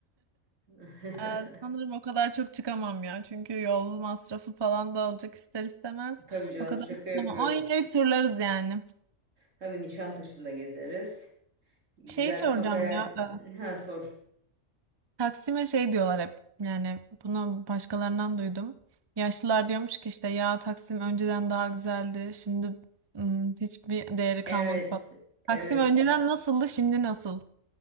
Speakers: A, on the right; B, on the right.
A: <laughs>
B: Ee, sanırım o kadar çok çıkamam ya. Çünkü yol masrafı falan da olacak ister istemez.
A: Tabii canım
B: O kadar
A: şaka
B: istemem.
A: yapıyorum.
B: Ama yine bir turlarız yani.
A: Tabii Nişantaşı'nda gezeriz. Güzel
B: Şeyi soracağım
A: kafeler...
B: ya. e,
A: Ha sor.
B: Taksim'e şey diyorlar hep. Yani bunu başkalarından duydum. Yaşlılar diyormuş ki işte ya Taksim önceden daha güzeldi. Şimdi hmm, hiçbir değeri
A: Evet.
B: kalmadı falan.
A: Evet.
B: Taksim önceden nasıldı, şimdi nasıl?